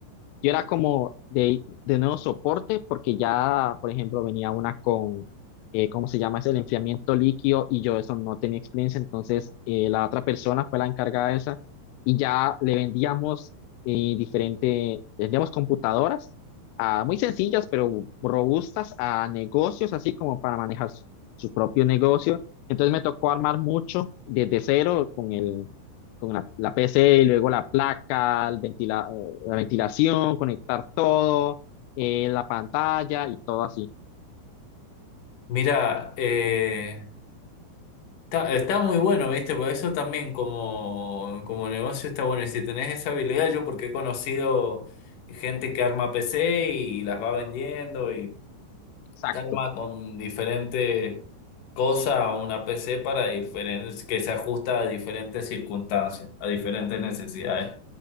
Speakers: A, on the left; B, on the left.
A: Yo era como de, de nuevo soporte porque ya, por ejemplo, venía una con, eh, ¿cómo se llama? Es el enfriamiento líquido y yo eso no tenía experiencia, entonces eh, la otra persona fue la encargada de esa y ya le vendíamos eh, diferente, vendíamos computadoras ah, muy sencillas pero robustas a negocios, así como para manejar su su propio negocio. Entonces me tocó armar mucho desde cero con el con la, la PC y luego la placa, el ventila- eh, la ventilación, conectar todo, eh, la pantalla y todo así.
B: Mira eh, está, está muy bueno, ¿viste? Por eso también como, como negocio está bueno. Y si tenés esa habilidad, yo porque he conocido gente que arma PC y, las va vendiendo y
A: Exacto,
B: te arma con diferentes cosas una PC para diferentes, que se ajusta a diferentes circunstancias, a diferentes necesidades.